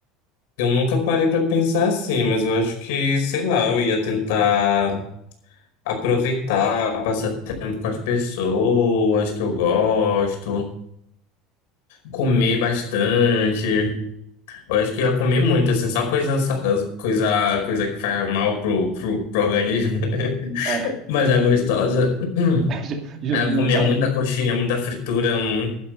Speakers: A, on the left; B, on the right.
A: eu nunca parei pra pensar assim, mas eu acho que, sei lá, eu ia tentar aproveitar, passar tempo com as pessoas que eu gosto, comer bastante. Eu acho que eu ia comer muito, assim, só coisa, sa- coisa, coisa que faz mal pro, pro, pro organismo. <laughs>
B: Ah,
A: Mas é gostosa. <clears throat>
B: <laughs> já- já
A: Eu
B: não
A: ia comer
B: vai.
A: muita coxinha, muita fritura, hum,